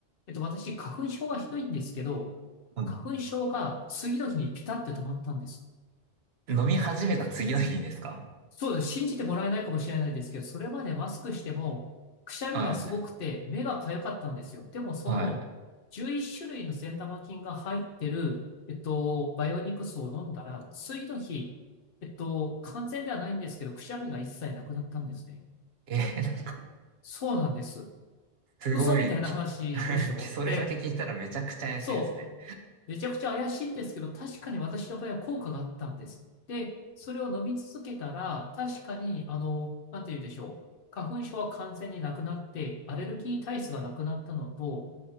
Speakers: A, on the left; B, on the right.
A: えっと、私、花粉症がひどいんですけど、
B: うん、
A: 花粉症が次の日にピタって止まったんです。
B: 飲み始めた次の日にですか
A: そうです。信じてもらえないかもしれないですけど、それまでマスクしても、くしゃみがすごくて、
B: はい。
A: 目が痒かったんですよ。でも、その、
B: はい。
A: 11種類の善玉菌が入ってる、えっと、バイオニクスを飲んだら、次の日、えっと、完全ではないんですけど、くしゃみが一切なくなったんですね。
B: えーなんか、
A: そうなんです。
B: すごい、
A: 嘘みたいな話でしょで、
B: き <laughs> それだけ聞いたらめちゃくちゃ怪しいですね。
A: そう。めちゃくちゃ怪しいんですけど、確かに私の場合は効果があったんです。で、それを飲み続けたら、確かに、あの、なんて言うでしょう。花粉症は完全になくなって、アレルギー体質がなくなったのと、